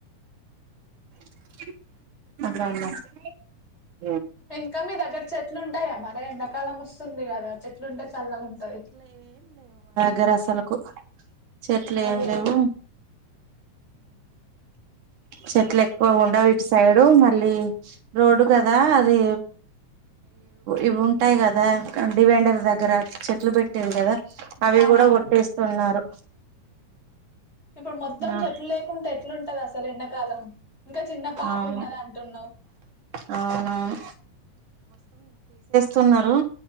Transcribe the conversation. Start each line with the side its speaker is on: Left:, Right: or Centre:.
Right: <inaudible>
Left: ఇంకా మీ దగ్గర చెట్లు ఉం టాయ మరి ఎండాకాలం వస్తు స్తుంది కదా చెట్లుంటే చల్ల గుంటది
Right: గ్గర అసలుకు చెట్లు ఏం
Left: వే
Right: లేవు చెట్లు ఎక్కువ ఉండవు ఇటు సైడు మళ్ళీ రోడ్డు కదా అది ఇవి ఉంటాయి కదా డివెండర్ దగ్గర చెట్లు పెట్టీర్రు కదా అవి
Left: అవునవును
Right: కూడా కొట్టేస్తున్నారు
Left: ఇప్పుడు మొత్తం
Right: ఆ
Left: చెట్లు లేకుంటే ఎట్లుంటది అసలు ఎండాకాలం ఇంకా చిన్న పాప
Right: అవును
Left: ఉన్నది అంటున్నావు
Right: అవునవును సున్నారు